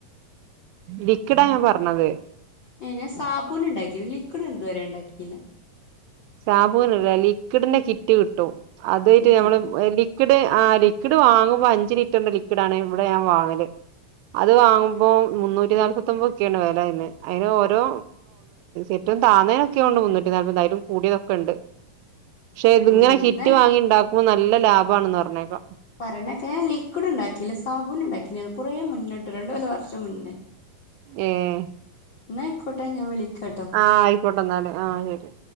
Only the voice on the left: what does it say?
എ ഞാൻ സാബൂൻ ഉണ്ടാക്കി ലിക്വിഡ് ഇത്വരെ ഉണ്ടാ‌ക്കില
കിറ്റു
അങ്ങനെയാണ്
ന്നാ
പറയണക്കെ ലിക്വിഡ് ഉണ്ടാ‌ക്കില്ല സാബൂൻ ഉണ്ടാക്കി ഞാൻ കുറേ മുന്നിട്ട് രണ്ട വല്ല വർഷം മുന്നേ
ന്നാ ആയിക്കോട്ടെ ഞാൻ വിളിക്കാട്ടോ